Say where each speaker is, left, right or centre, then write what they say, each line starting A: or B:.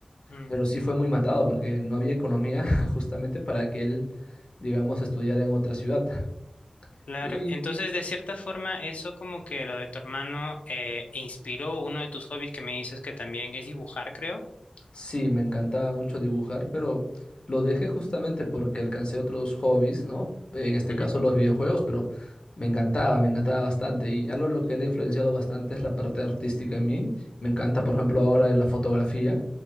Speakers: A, on the left; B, on the left.
A: mm,
B: pero sí fue muy matado porque no había economía <laughs> justamente para que él, digamos, estudiara en otra ciudad.
A: claro.
B: Y
A: Entonces, de cierta forma, eso como que lo de tu hermano eh, inspiró uno de tus hobbies que me dices que también es dibujar, creo.
B: Sí, me encantaba mucho dibujar, pero lo dejé justamente porque alcancé otros hobbies, ¿no? En este
A: Ujú,
B: caso los videojuegos, pero me encantaba, me encantaba bastante. Y algo en lo que él ha influenciado bastante es la parte artística en mí. Me encanta, por ejemplo, ahora la fotografía,